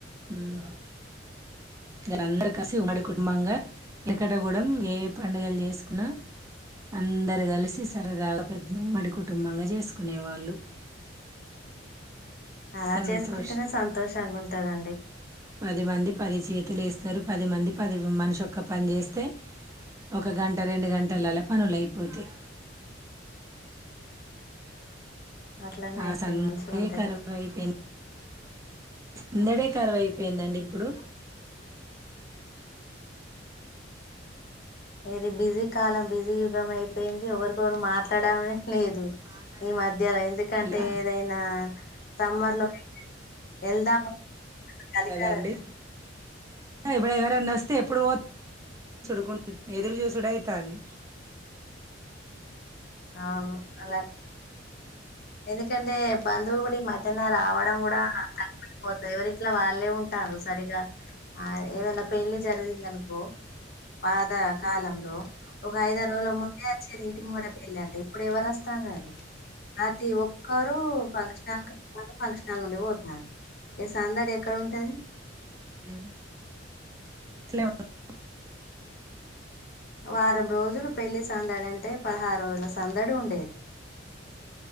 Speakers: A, on the right; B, on the left.
A: హ్మ్మ్ మీరు అందరూ కలిసి ఉమ్మడి కుటుంబంగా ఎకట కూడా ఏ పండుగలు చేసుకున్నా అందరు కలిసి సరదాగా పెద్ద ఉమ్మడి కుటుంబంగా చేసుకునేవాళ్ళు
B: అలా
A: సంతోష్
B: చేసుకుంటేనే సంతోషంగా ఉంటదండి
A: పది మంది పది చేతులు వేస్తారు పది మంది పది మనిషిక్క పని చేస్తే ఒక గంట రెండు గంటలలా పనులు అయిపోతాయి.
B: అట్లానే
A: ఆ
B: అయితే
A: సంధే
B: మంచిగా ఉంటాయి
A: కరువైప సందడే కరువై అయిపోయిందండి ఇప్పుడు
B: ఇది బిజీ కాలం బిజీ యుగం అయిపోయింది ఎవరికొవరు మాట్లాడమ లేదు
A: మాట్లాడం
B: ఈ మధ్యలో ఎందుకంటే ఏదైనా సమ్మర్ లో వెళ్దాం కలికాలం
A: అంటే సమ్మర్ లో ఎదురు చూసుడయితాన్ని
B: అవును అలా ఎందుకంటే బంధువులు కూడా ఈ మధ్యన రావడం కూడా తక్కుపోతురు ఎవరి ఇట్లా వాళ్ళే ఉంటారు సరిగా ఆ ఏదనా పెళ్లి జరిగిందనుకో పాత
A: అట్లా
B: కాలంలో ఒక ఐద రోజుల ముందు ఇచ్చారు ఇంటి ముంగడ పెళ్ళి అంటే ఇప్పుడు ఎవరు వస్తన్నారండి ప్రతి ఒక్కరుూ ఫంక్షన్ ఫంక్షన్ల్ నుండి పోతున్నా ఈ సందడి ఎక్కడ ఉంటది
A: హ్మ్మ్ <inaudible>
B: వారం రోజులు పెళ్లి సందడి అంటే పదహారు రోజుల సందడి ఉండేది